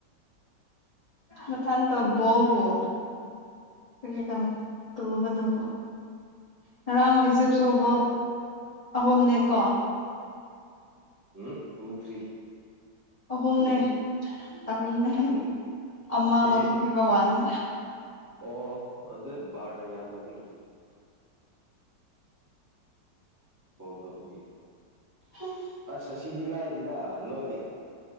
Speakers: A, on the left (about 80°); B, on the right (about 15°).
A: ꯃꯊ ꯇꯕꯣꯕꯣ ꯀ ꯀꯃ ꯇꯕꯗꯕꯣ ꯉꯔꯥꯡ ꯏꯖꯤꯞꯁꯨ ꯒꯣꯜ ꯑꯍꯨꯝꯅꯦꯀꯣ
B: ꯎꯝ ꯇꯨ ꯊ꯭ꯔꯤ
A: ꯑꯍꯨꯝꯅꯦ
B: ꯇꯨꯅꯦ
A: ꯑꯍꯨꯝꯅꯦ
B: ꯇꯨꯅꯤ
A: ꯑꯃ ꯂꯧꯊꯣꯛꯈꯤꯕ
B: ꯏꯖꯤꯞ
A: ꯋꯥꯅꯦ
B: ꯑꯣ ꯑꯗꯨ ꯕꯥꯔꯅ ꯌꯥꯗꯕꯒꯤꯅꯤ ꯐꯣꯜ ꯇꯧꯕꯒꯤ
A: ꯎꯝ
B: ꯑꯁ ꯑꯁꯤꯗꯤ ꯂꯥꯏꯅꯤꯗ ꯅꯣꯏ